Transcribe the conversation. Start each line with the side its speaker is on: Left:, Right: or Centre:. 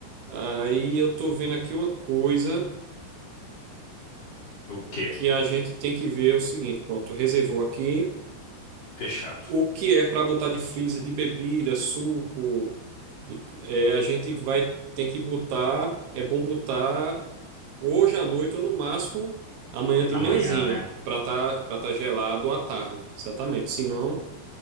Right: Aí eu tô vendo aqui uma coisa
Left: O quê?
Right: que a gente tem que ver é o seguinte, pronto, reservou aqui
Left: Fechado.
Right: o que é para botar de freezer de bebida, suco, de- é, a gente vai ter que botar, é bom botar hoje à noite ou no máximo amanhã de
Left: Amanhã,
Right: manhãzinha
Left: né?
Right: para tá para tá gelado à tarde, exatamente. Se não,